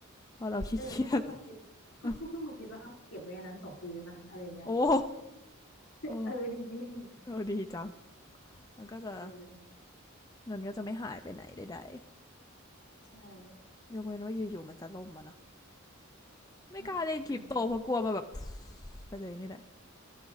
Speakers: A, on the left; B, on the left.
A: เพราะเราขี้เกียจ
B: เออก็เพิ่งมาคิดก็ก็เพิ่งมาคิดว่าเอ้าเก็บไว้อันนั้นสองปีแล้วนะอะไรอย่างเงี้ย
A: <laughs> โอ้โอ้
B: เออจริง
A: เออดีจังมันก็จะ
B: ๆเออ
A: เงินก็จะไม่หายไปไหนใด
B: ใช่
A: ๆยกเว้นว่าอยู่ๆมันจะล่มอะนะไม่กล้าเล่นคริปโตเพราะกลัวมาแบบ
B: ก็อะไร
A: <sniffs> ไปเลยนี่แหละ